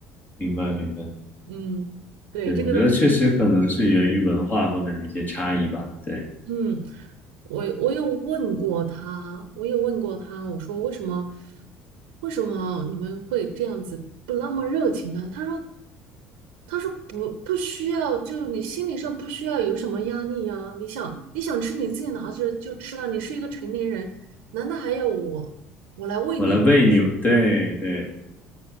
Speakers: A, on the left; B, on the right.
A: 明白明白，
B: 嗯，对，
A: 对，
B: 这个东西，
A: 我觉得确实可能是源于文化方面的一些差异吧，对，
B: 嗯，我我有问过他，我有问过他，我说为什么为什么你们会这样子不那么热情呢？他说。他说不不需要，就你心理上不需要有什么压力呀、你想你想吃你自己拿着就吃了，你是一个成年人，难道还要我我来喂你？
A: 我来喂你，
B: 或
A: 对对，